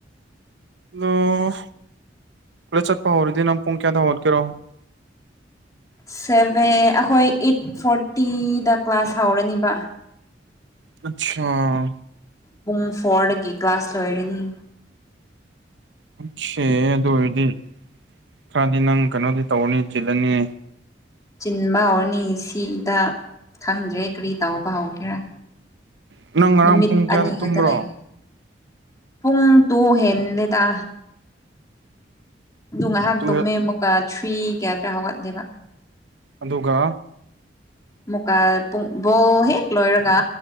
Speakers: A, on the right (about 70°); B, on the left (about 20°).
A: ꯑꯣ ꯀꯣꯂꯦꯖ ꯆꯠꯄ ꯍꯧꯔꯗꯤ ꯅꯪ ꯄꯨꯡ ꯀꯌꯥꯗ ꯍꯧꯒꯠꯀꯦꯔꯣ
B: ꯁꯚꯦꯟ ꯑꯩꯈꯣꯏ ꯑꯩꯠ ꯐꯣꯔꯇꯤꯗ ꯀ꯭ꯂꯥꯁ ꯍꯧꯥꯎꯔꯅꯤꯕ
A: ꯑꯆꯥꯥ
B: ꯄꯨꯡ ꯐꯣꯔꯗꯒꯤ ꯀ꯭ꯂꯥꯁ ꯂꯣꯏꯔꯅꯤ
A: ꯑꯣꯁꯦ ꯑꯗꯨ ꯑꯣꯏꯔꯗꯤ ꯈꯔꯗꯤ ꯅꯪ ꯀꯩꯅꯣꯗꯤ ꯇꯧꯔꯅꯤ ꯆꯤꯜꯂꯅꯤ
B: ꯆꯤꯟꯕ ꯍꯧꯔꯅꯤ ꯁꯤꯗ ꯈꯪꯗ꯭ꯔꯦ ꯀꯔꯤ ꯇꯧꯕ ꯍꯧꯒꯦꯔꯥ
A: ꯅꯪ ꯉꯔꯥꯡ
B: ꯅꯨꯃꯤꯠ
A: ꯄꯨꯡ ꯀꯌꯥꯗ
B: ꯑꯅꯤ
A: ꯇꯨꯝꯕ꯭ꯔꯣ
B: ꯈꯛꯇ ꯂꯩ ꯄꯨꯡ ꯇꯣ ꯍꯦꯟꯂꯦꯗ ꯑꯗꯨ ꯉꯥꯏꯍꯥꯛ
A: ꯇꯨꯌꯦꯜꯞ
B: ꯇꯣꯝꯃꯦ ꯑꯃꯨꯛꯀ ꯊ꯭ꯔꯤ ꯀꯌꯥꯗ꯭ꯔꯥ ꯍꯧꯒꯠꯂꯦꯕ
A: ꯑꯗꯨꯒ
B: ꯃꯨꯀꯥ ꯄꯨꯡ ꯕꯣ ꯍꯦꯛ ꯂꯣꯏꯔꯒ